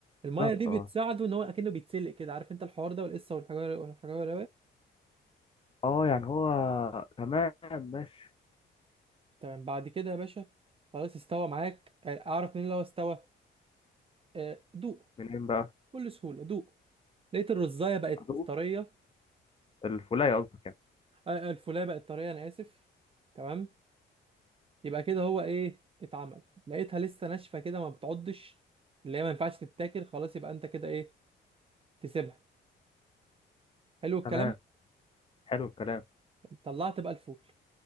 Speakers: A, on the right; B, on the left.
A: الميه
B: بالظبط
A: دي بتساعده
B: اه
A: ان هو اكنه بيتسلق كده عارف انت الحوار ده والقصه والحجاره والحجاره
B: اه يعني هو تمام ماشي
A: تمام بعد كده يا باشا خلاص استوى معاك آه، اعرف منين لو استوى آه، دوق
B: منين بقى
A: بكل سهوله دوق لقيت الرزايه بقت
B: ادوقه
A: طريه
B: الفولايه قصدك يعني
A: آه، الفولايه بقت طريه انا اسف تمام يبقى كده هو ايه اتعمل لقيتها لسه ناشفه كده ما بتعضش اللي هي ما ينفعش تتاكل خلاص يبقى انت كده ايه تسيبها حلو الكلام
B: تمام حلو الكلام
A: طلعت بقى الفول